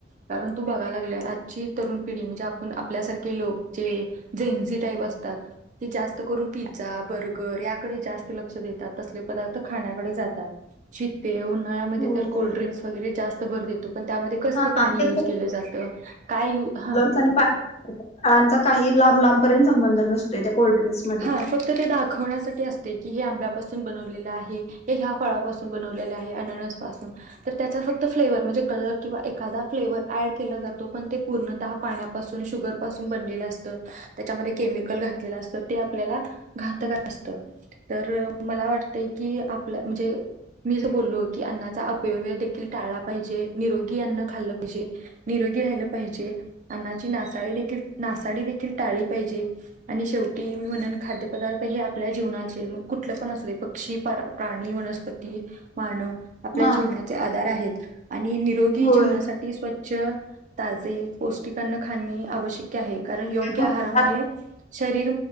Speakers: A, on the right (about 40°); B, on the left (about 35°).
A: कारण तू बघाय लागलीयाय आजची तरुण पिढी म्हजे आपण आपल्यासारखे लोक जे जेनजी टाईप असतात. ते जास्त करून पिझ्झा, बर्गर याकडे जास्त लक्ष देतात. तसले पदार्थ खाण्याकडे जातात. शीतपेय उन्हाळ्या मध्ये
B: हो
A: तर कोल्ड्रिंक्स
B: हो
A: वगैरे जास्त भर देतो. पण त्यामध्ये कसलं
B: हा
A: पाणी
B: ते
A: युज केलं जात? काय यु हं...
B: सनीपा हां, आमचा काही लांब लांबपर्यंत संबंध नसतोय त्या कोल्ड्रिंक्स मध्ये
A: हां फक्त ते दाखवण्यासाठी असते की हे आंब्यापासून बनवलेलं आहे. हे ह्या फळापासून बनवलेले आहे अननस पासून तर त्याचा फक्त फ्लेवर म्हणजे कलर किंवा एखादा फ्लेवर ऍड केला जातो पण ते पूर्णतः पाण्यापासून शुगर पासून बनलेलं असत, त्याच्यामध्ये केमिकल घातलेलं असत. ते आपल्याला घातक असत तर मला वाटतय की आपल्या म्हणजे मी जे बोललो की अन्नाचा अपयव्य देखील टाळला पाहिजे, निरोगी अन्न खाल्लं पाहिजे. निरोगी राहिलं पाहिजे, अन्नाची नासाडी देखील नासाडी देखील टाली पाहिजे. आणि शेवटी मी म्हणन खाद्य पदार्थ हे आपल्या जीवनाचे कुठलं पण असू दे पक्षी, प्राणी, वनस्पती मानव आपल्या
B: हा
A: जीवनाचे आधार आहेत आणि निरोगी
B: होय
A: जीवनासाठी
B: होय.
A: स्वच्छ, ताजे पौष्टिक अन्न खाणे आवश्यक आहे कारण योग्य
B: मग
A: आहारामुळे
B: त्यात
A: शरीर